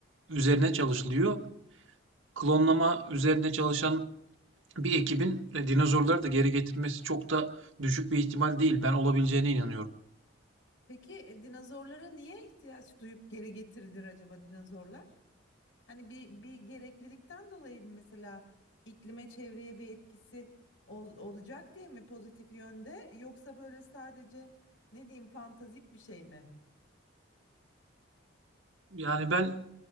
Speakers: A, on the right; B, on the left.
A: üzerine çalışılıyor. Klonlama üzerine çalışan bir ekibin e, dinozorları da geri getirmesi çok da düşük bir ihtimal değil. Ben olabileceğine inanıyorum.
B: peki e, dinozorlara niye ihtiyaç duyup geri getirilir acaba dinozorlar? Hani bir bir gereklilikten dolayı mı mesela iklime, çevreye bir etkisi ol- olacak diye mi pozitif yönde yoksa böyle sadece ne diyeyim fantastik bir şey mi?
A: Yani ben